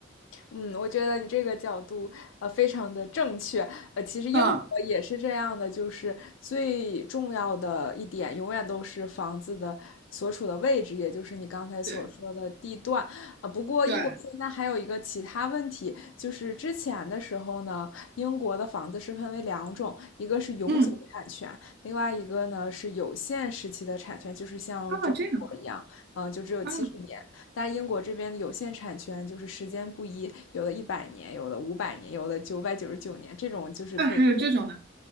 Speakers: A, on the left; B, on the right.
A: 嗯，我觉得你这个角度呃非常的正确。呃，其实英国也是这样的，
B: 嗯，
A: 就是最重要的一点永远都是房子的所处的位置，也就是你刚才所说的地段。
B: 对
A: 啊，不过英国现在还有一个其他问题，
B: 对，
A: 就是之前的时候呢，英国的房子是分为两种，一个是永久产权，
B: 嗯，
A: 另外一个呢是有限时期的产权，就是像中国一样，
B: 啊，这样
A: 嗯，就只有七十年。
B: 啊
A: 但英国这边有限产权就是时间不一，有的一百年，有的五百年，有的九百九十九年，这种就是可以，
B: 啊，还有这种呢？